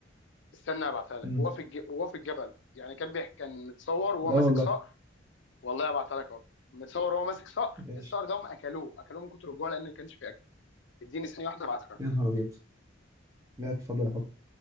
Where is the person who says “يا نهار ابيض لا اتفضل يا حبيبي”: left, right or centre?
Right